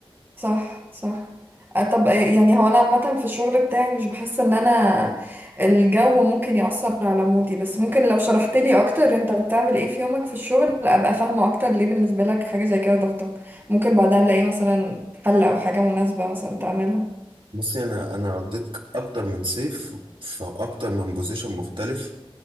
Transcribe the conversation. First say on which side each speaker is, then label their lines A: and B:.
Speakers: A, on the right; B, on the right.
A: صح صح آه، طب آه، يعني هو انا عامه في الشغل بتاعي مش بحس ان انا الجو ممكن يأثر على مودي بس ممكن لو شرحت لي اكتر انت بتعمل ايه في يومك في الشغل ابقى فاهمه اكتر ليه بالنسبه لك حاجه زي كده ضغطة ممكن بعدها نلاقي مثلا حل او حاجه مناسبه مثلا تعملها
B: بصي انا انا قضيت اكتر من صيف في اكتر من بوزيشن مختلف